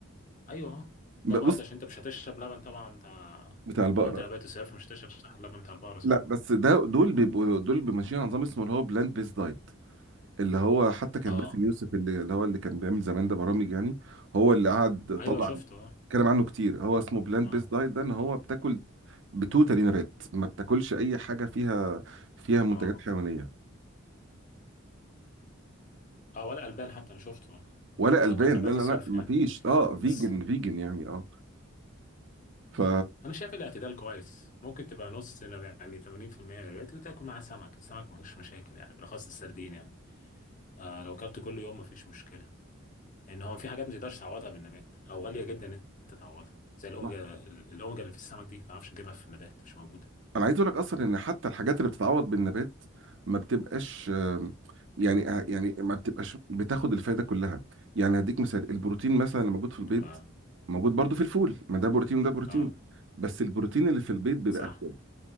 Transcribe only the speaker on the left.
أيوه، أه.
ده برضه
عشان انت مش هتشرب لبن طبعا بتاع
لو انت نبات الصيف مش هتشرب صح اللبن بتاع البقرة صح
اه
ايوه
شفته اه
اه
اه
اه ولا البان حتى انا شفته آه.
هو
كان نباتي
صرف
يعني
بس
انا شايف الاعتدال كويس ممكن تبقى نص يعني 80% نباتي وتاكل معاه سمك السمك مفيش مشاكل يعني بالاخص السردين يعني آه لو اكلت كل يوم مفيش مشكله ان هو في حاجات ما تقدرش تعوضها بالنبات او غاليه جدا ان انت تعوضها زي الاوميجا
الاوميجا اللي في السمك دي ما تعرفش تجيبها في النبات مش موجوده
اه
اه
صح